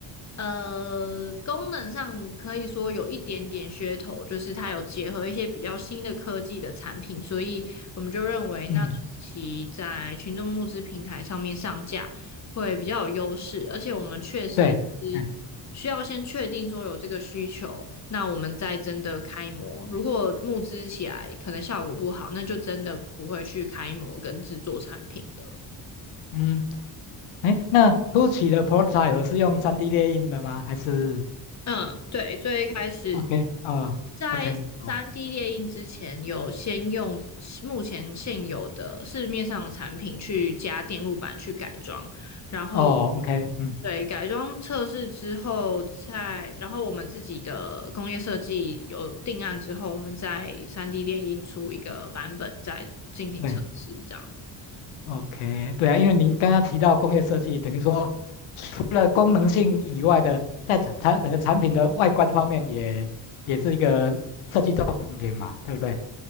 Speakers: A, on the left; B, on the left.
A: 呃功能上可以说有一点点噱头，就是它有结合一些比较新的科技的产品，所以我们就认为那初期在群众募资平台上面上架。
B: 嗯
A: 会比较有优势，而且我们确实是需要先确定说有这个需求，
B: 对，嗯
A: 那我们再真的开模。如果募资起来可能效果不好，那就真的不会去开模跟制作产品了。
B: 嗯，哎，那初期的 prototype 是用 3D 列印的吗？还是？
A: 嗯，对，最一开始
B: OK，啊，OK，
A: 在三
B: 好，
A: d 列印之前，有先用目前现有的市面上的产品去加电路板去改装，然后
B: 哦，OK，嗯，
A: 对改装测试之后再，然后我们自己的工业设计有定案之后，我们再三 d 列印出一个版本再进行测试，
B: 对
A: 这样。
B: ，OK，对啊，因为您刚刚提到工业设计，等于说除了功能性以外的，在产产整个产品的外观方面也也是一个设计重点嘛，对不对？